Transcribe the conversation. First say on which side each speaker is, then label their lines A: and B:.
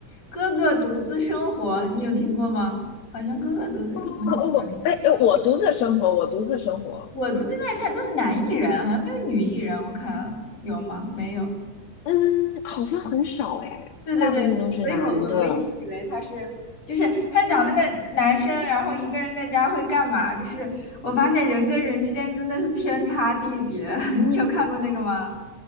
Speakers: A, on the left (about 50°); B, on the left (about 65°).
A: 《哥哥独自生活》，你有听过吗？好像《哥哥独自生活》好像是这样的。
B: 哦哦，我哎，哎我独自生活，我独自生活。
A: 我独自在看都是男艺人，好像没有女艺人，我看了有吗？没有。
B: 嗯，好像很少哎，
A: 对对对，
B: 大部分都是男的。
A: 所以我我我一直以为他是，就是他讲那个男生，然后一个人在家会干嘛？就是我发现人跟人之间真的是天差地别。<laughs> 你有看过那个吗？